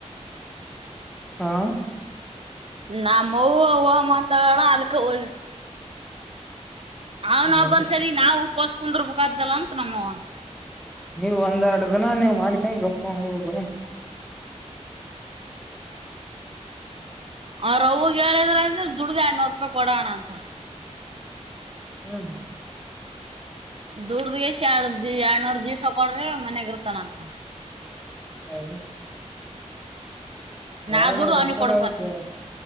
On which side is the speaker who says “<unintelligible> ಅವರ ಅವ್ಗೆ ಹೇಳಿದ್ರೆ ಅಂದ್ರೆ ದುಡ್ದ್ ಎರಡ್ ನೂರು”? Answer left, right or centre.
Right